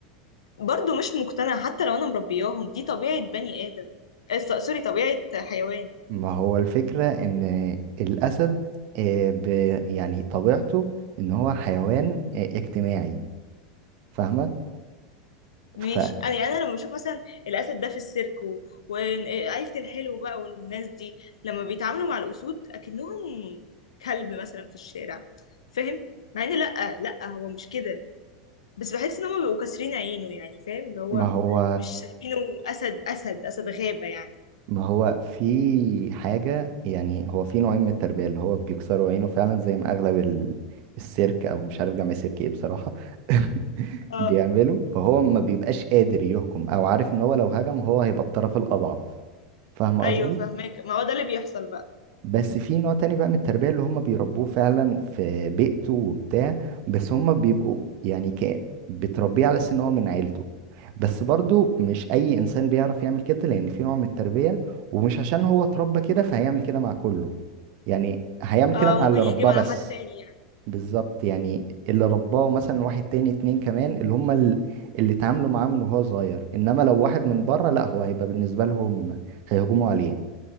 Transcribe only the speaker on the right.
ما هو الفكرة ان الاسد آه، ب يعني طبيعته ان هو حيوان آه، اجتماعي فاهمة
فما
هو
ما هو في حاجة يعني هو في نوعين من التربية اللي هو بيكسروا عينه فعلا زي ما اغلب ال- السيرك او مش عارف جمع سيرك ايه بصراحة <laughs>
بيعملوا فهو ما بيبقاش قادر يهجم او عارف ان هو لو هجم هو هيبقى الطرف الاضعف فاهمة
قصدي
بس في نوع تاني بقى من التربية اللي هم بيربوه فعلا في بيئته وبتاع بس هم بيبقوا يعني ك... بتربيه على أساس إن هو من عيلته بس برضو مش أي إنسان بيعرف يعمل كده لأن في نوع من التربية ومش عشان هو اتربى كده فهيعمل كده مع كله يعني هيعمل
كده مع
اللي
رباه
بس
بالظبط يعني اللي رباه مثلا واحد تاني اتنين كمان اللي هم ال- اللي اتعاملوا معاه من وهو صغير انما لو واحد من بره لا هو هيبقى بالنسبه لهم هيهجموا عليه